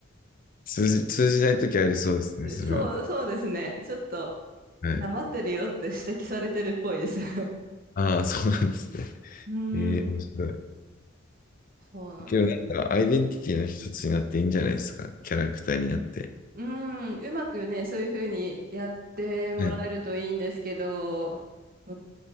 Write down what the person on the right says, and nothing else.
そう、そうですね。ちょっと、
なまってるよって指摘されてるっぽいです。<laughs>
うーん、
そうなんです
うーん、うまくね、そういうふうにやってもらえるといいんですけど、
ま